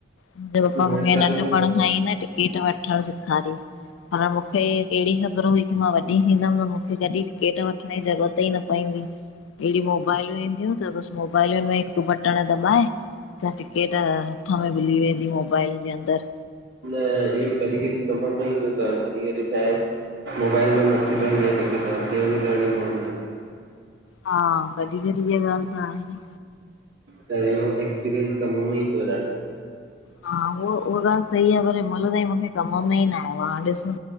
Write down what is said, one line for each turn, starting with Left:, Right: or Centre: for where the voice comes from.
Left: मुंहिंजे
Right: घणे
Left: पप्पा मूंखे
Right: सालनि
Left: नंढपण खां ई न टिकेट वठण सेखारियो। पर मूंखे कहिड़ी ख़बर हुई की मां वॾी थींदमं त मूंखे कॾहिं टिकेट वठण जी ज़रूरत ई न पवंदी। अहिड़ी मोबाइलूं ईंदियूं त बस मोबाइलुनि में हिकु बटण दॿाए त टिकेट हथ में मिली वेंदी, मोबाइल जे अंदर।
Right: त इयो कॾी कॾी कमु में ईंदो तव, कॾी कॾी छाहे? मोबाइल में न थी पाइंदी आ टिकेट, उते‌ वञी करणी पवंदी आ।
Left: हा कॾी कॾी इहा ॻाल त आहे।
Right: त इहो एक्सपीरियंस कम मे ई थियो तस।
Left: हा उह उहा ॻाल्हि सही आ, पर हिमल ताईं मूंखे कम में ई न आयो आ हाणे ॾिसो।